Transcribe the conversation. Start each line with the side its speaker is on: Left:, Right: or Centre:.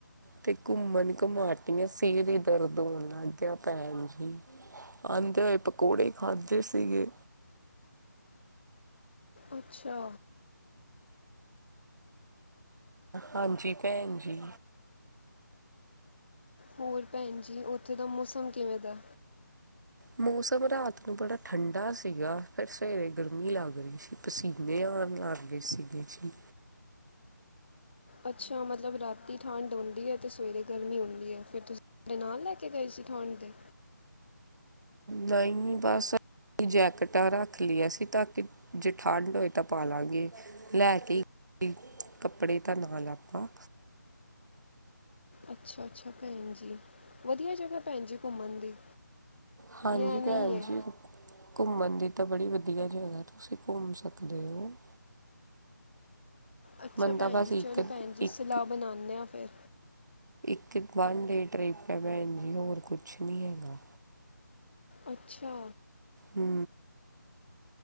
Right: ਤੇ ਘੁੰਮਣ ਘੁਮਾਟੀਆਂ ਸਿਰ ਹੀ ਦਰਦ ਹੋਣ ਲੱਗ ਗਿਆ ਭੈਣ ਜੀ ਆਉਂਦੇ ਹੋ <inaudible> ਪਕੌੜੇ ਖਾਦੇ ਸੀਗੇ।
Left: ਅੱਛਾ।
Right: ਹਾਂਜੀ ਭੈਣ ਜੀ।
Left: ਹੋਰ ਭੈਣ ਜੀ ਉੱਥੇ ਦਾ ਮੌਸਮ ਕਿਵੇਂ ਦਾ?
Right: ਮੌਸਮ ਰਾਤ ਨੂੰ ਬੜਾ ਠੰਢਾ ਸੀਗਾ ਫਿਰ ਸਵੇਰੇ ਗਰਮੀ ਲੱਗ ਰਹੀ ਸੀ ਪਸੀਨੇ ਆਉਣ ਲੱਗ ਗਏ ਸੀਗੇ ਸੀ।
Left: ਅੱਛਾ ਮਤਲਬ ਰਾਤੀ ਠੰਡ ਆਉਂਦੀ ਹੈ ਤੇ ਸਵੇਰੇ ਗਰਮੀ ਆਉਂਦੀ ਹੈ ਫਿਰ ਤੁਸੀਂ ਕਪੜੇ ਨਾਲ ਲੈ ਕੇ ਗਏ ਸੀ ਠੰਡ ਦੇ?
Right: ਨਹੀਂ ਬਸ ਜੈਕਟਾਂ ਰੱਖ ਲਈਆਂਸੀ ਤਾਂ ਕਿ ਜੇ ਠੰਡ ਹੋਏ ਤਾਂ ਪਾ ਲਾਂਗੇ ਲੈ ਕੇ ਕੱਪੜੇ ਤਾਂ ਨਾਲ ਲੱ ਆਪਾਂ।
Left: ਅੱਛਾ-ਅੱਛਾ ਭੈਣ ਜੀ ਵਧੀਆ ਜਗ੍ਹਾ ਭੈਣ ਜੀ ਘੁੰਮਣ ਦੀ।
Right: ਹਾਂਜੀ
Left: ਜਾਂ ਐਵੇਂ
Right: ਭੈਣ
Left: ਹੀ ਹੈ
Right: ਜੀ ਘੁੰਮਣ ਦੀ ਤਾਂ ਬੜੀ ਵਧੀਆ ਜਗ੍ਹਾ ਤੁਸੀਂ ਘੁੰਮ ਸਕਦੇ ਹੋ <inaudible>
Left: ਅੱਛਾ
Right: ਬੰਦਾ
Left: ਭੈਣ
Right: ਬਸ
Left: ਜੀ
Right: ਇੱਕ
Left: ਚਲੋ ਭੈਣ ਜੀ
Right: ਇੱਕ
Left: ਸਲਾਹ ਬਣਾਨੇ ਆ, ਸ ਫੇਰ,
Right: ਇੱਕ ਵਨ ਡੇ ਟ੍ਰਿਪ ਹੈ ਭੈਨ ਜੀ ਹੋਰ ਕੁਛ ਨਹੀਂ ਹੈਗਾ।
Left: ਅੱਛਾ,
Right: ਹੂੰ,